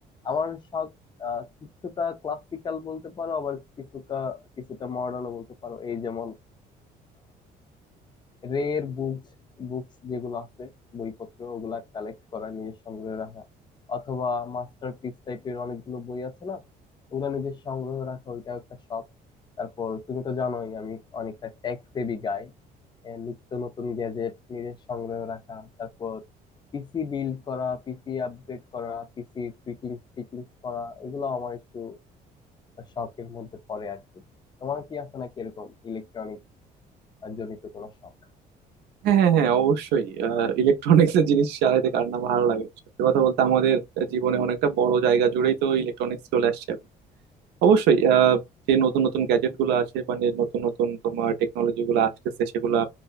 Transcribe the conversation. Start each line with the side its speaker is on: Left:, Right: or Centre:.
Left: আমার শখ আহ, কিছুটা ক্লাসিক্যাল বলতে পারো আবার কিছুটা কিছুটা মডার্নও বলতে পারো এই যেমন রের বুকস বুকস যেগুলো আছে বইপত্র ওগুলা কালেক্ট করা নিয়ে সংগ্রহে রাখা অথবা মাস্টারপিস টাইপের অনেকগুলো বই আছে না ওগুলা নিজের সংগ্রহে রাখা ওইটাও একটা শখ তারপর তুমি তো জানোই আমি অনেকটা টেক সেভি গাই নিত্য নতুন গ্যাজেট নিজের সংগ্রহে রাখা তারপর পিসি বিল্ড করা পিসি আপগ্রেড করা পিসি টুইকিং টিকিং করা এগুলো আমার একটু শখের মধ্যে পড়ে আর কি তোমার কি আছে নাকি এরকম ইলেকট্রনিক জনিত কোনো শখ
Right: হ্যাঁ হ্যাঁ হ্যাঁ অবশ্যই ইলেকট্রনিক্স এর জিনিস চালাইতে কার না ভালো লাগে সত্যি কথা বলতে আমাদের জীবনে অনেকটা বড় জায়গা জুড়েই তো ইলেকট্রনিক্স চলে আসছে অবশ্যই আহ, যে নতুন নতুন গ্যাজেট গুলো আছে মানে নতুন নতুন তোমার টেকনোলজি গুলো আসতেছে সেগুলা